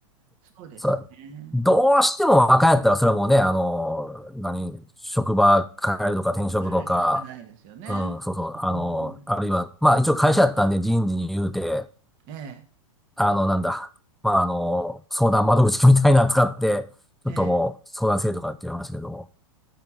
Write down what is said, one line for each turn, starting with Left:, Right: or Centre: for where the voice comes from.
Right: そうですね。
Centre: さ、どうしても若いやったら、それはもうね、あの、何、職場変えるとか転職とか、
Right: やるしかないですよね。
Centre: うん、そうそう、
Right: うん、
Centre: あの、あるいは、まあ一応会社やったんで人事に言うて、
Right: ええ、
Centre: あの、なんだ、まああの、相談窓口みたいなの使って、
Right: ええ。
Centre: ちょっともう相談制とかって言いましたけども、